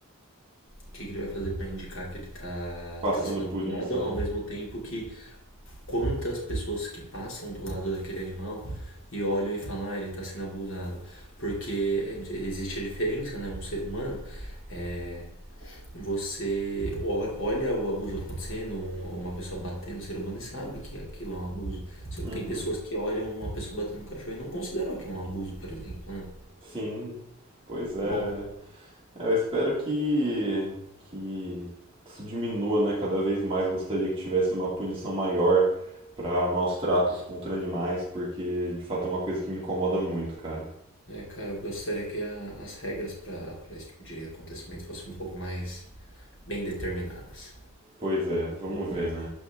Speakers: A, on the left (about 60°); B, on the right (about 25°).
A: O que que ele vai fazer para indicar que ele tá,
B: Passando
A: tá sendo
B: por
A: abusado,
B: isso,
A: ao
B: né?
A: mesmo tempo que quantas pessoas que passam do lado daquele animal e olham e falam, ah, ele tá sendo abusado. Porque é, existe a diferença, né? Um ser humano, é, você o- olha o abuso acontecendo, um- uma pessoa batendo no ser humano e sabe que aquilo é um abuso. Só
B: Uhum.
A: que tem pessoas que olham uma pessoa batendo no cachorro e não consideram aquilo um abuso, por exemplo, né?
B: Sim, pois é.
A: Bom,
B: É, eu espero que, que isso diminua, né? Cada vez mais gostaria que tivesse uma punição maior para maus tratos contra animais, porque de fato é uma coisa que me incomoda muito, cara.
A: É, cara, eu gostaria que a- as regras para esse tipo de acontecimento fossem um pouco mais bem determinadas.
B: Pois é, vamos ver, né?